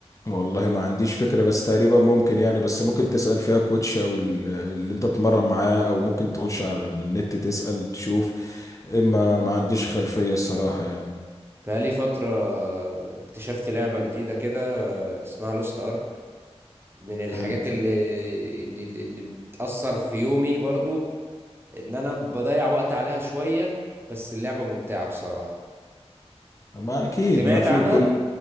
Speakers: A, on the left; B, on the right.
A: والله ما عنديش فكرة بس تقريبا ممكن يعني بس ممكن تسأل فيها كوتش او ال- اللي انت بتتمرن معاه او ممكن تخش على النت
B: مم.
A: تسأل تشوف اما ما عنديش خلفية الصراحة يعني
B: بقالي فترة اكتشفت لعبة جديدة كده آه، اسمها لوست ارك من الحاجات
A: حلو
B: اللي اللي, اللي اللي بتأثر في يومي برضو ان انا بضيع وقت عليها شوية بس اللعبة ممتعة بصراحة
A: ما اكيد
B: سمعت
A: ما في
B: عنها
A: كل